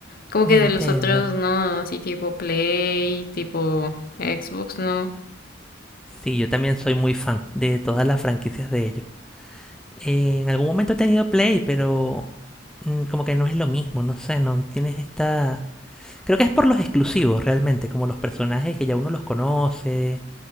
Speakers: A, on the left; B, in the centre.
A: Como
B: Nintendo.
A: que de los otros no, así tipo Play, tipo Xbox, no.
B: Sí, yo también soy muy fan de todas las franquicias de ellos. En algún momento he tenido Play, pero mm, como que no es lo mismo, no sé, no tienes esta... Creo que es por los exclusivos realmente, como los personajes que ya uno los conoce,